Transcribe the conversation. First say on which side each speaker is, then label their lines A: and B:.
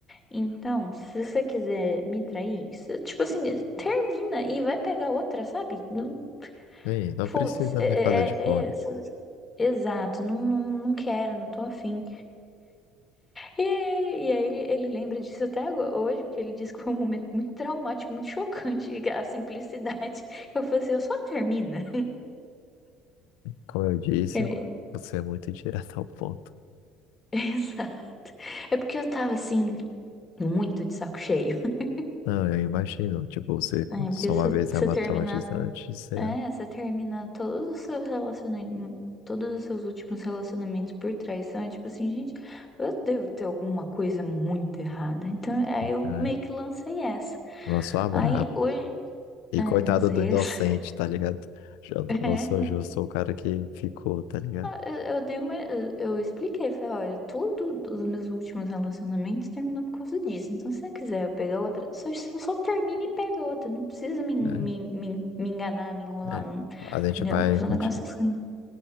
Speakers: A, on the left (about 20°); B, on the left (about 85°).
A: Então, se você quiser me trair, você- tipo assim, termina e vai pegar outra, sabe? Não-
B: Bem, não
A: Foda-se,
B: precisa
A: é,
B: me fazer de
A: é-
B: conta.
A: é- é- exato, não, não, não quero, não tô afim. E, e aí ele, ele lembra disso até agora- hoje, porque ele disse que foi um momento muito traumático, muito chocante, <laughs> a simplicidade. Eu falei assim, eu só termina.
B: Como eu disse,
A: Ele,
B: você é muito <laughs> direto ao ponto.
A: <laughs> exato. É porque eu tava assim, muito de saco cheio. <laughs>
B: Não, eu imagino. Tipo, você conta
A: É, porque
B: só
A: você,
B: uma vez é
A: você
B: uma
A: termina.
B: traumatizante, você,
A: É, você termina todos os seus relacionamentos. Todos os seus últimos relacionamentos por traição. É tipo assim, gente, eu devo ter alguma coisa muito errada. Então, aí eu
B: né?
A: meio que lancei essa.
B: Lançou a braba.
A: Aí hoje.
B: E
A: É,
B: coitado
A: lancei
B: do inocente,
A: essa.
B: tá ligado? Eu
A: <laughs>
B: não sou justo, sou o cara que ficou, tá ligado?
A: Eu, eu dei uma, eu, eu expliquei, falei, olha, tudo dos meus últimos relacionamentos terminou por causa disso. Então, se você quiser eu pegar outra, só, só, só termina e pega outra. Não precisa me, me,
B: É,
A: me, me enganar, me enrolar,
B: é.
A: não-
B: A gente
A: entendeu?
B: vai
A: Foi
B: continuar.
A: Um negócio assim.